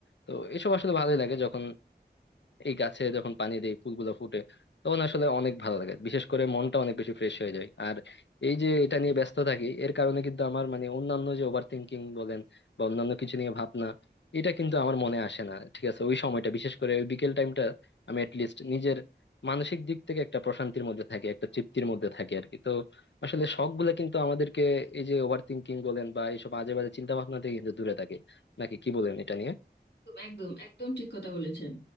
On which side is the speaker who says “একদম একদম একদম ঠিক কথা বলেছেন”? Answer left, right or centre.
Left